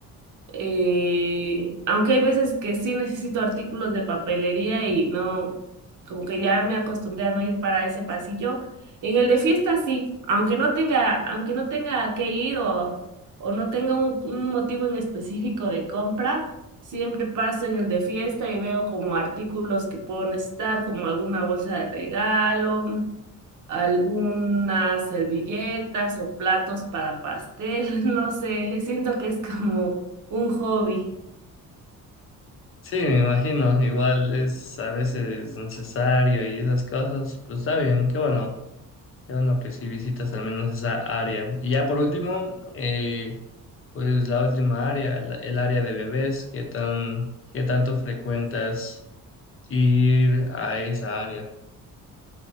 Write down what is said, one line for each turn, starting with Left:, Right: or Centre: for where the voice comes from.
Right: Eh, aunque hay veces que sí necesito artículos de papelería y no, como que ya me acostumbré a no ir para ese pasillo. En el de fiesta sí, aunque no tenga, aunque no tenga que ir o, o no tenga un, un motivo en específico de compra, siempre paso en el de fiesta y veo como artículos que puedo necesitar, como alguna bolsa de regalo, algunas servilletas o platos para pastel, <laughs> no sé, siento que es como un hobby.
Left: Sí, me imagino, igual es a veces necesario y esas cosas, pues está bien, qué bueno, qué bueno que sí visitas al menos esa área. Y ya por último, eh, Pues la última área, la- el área de bebés, ¿qué tan, qué tanto frecuentas ir a esa área?